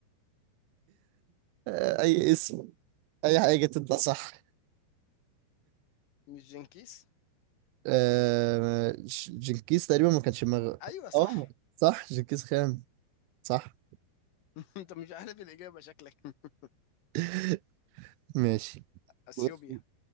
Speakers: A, on the right; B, on the left.
A: آه، أي اسم أي حاجة تطلع صح
B: مش جنكيز
A: آه، ج- جنكيز تقريبا ما كانش مغ...
B: ايوه صح
A: اه صح جنكيز خان صح
B: <laughs> انت مش عارف الاجابة شكلك <laughs>
A: <laughs> ماشي
B: اثيوبيا
A: بص